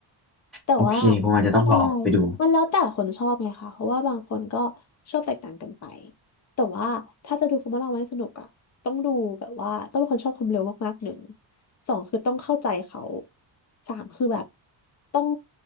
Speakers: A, on the left; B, in the centre.
A: แต่ว่า
B: โอเคผมอาจจะต้องลองไปดู
A: ใช่มันแล้วแต่คนชอบไงคะเพราะว่าบางคนก็ชอบแตกต่างกันไปแต่ว่าถ้าจะดูฟอร์มูล่าวันให้สนุกอะต้องดูแบบว่าต้องเป็นคนชอบความเร็วมากๆหนึ่งสองคือต้องเข้าใจเขาสามคือแบบต้อง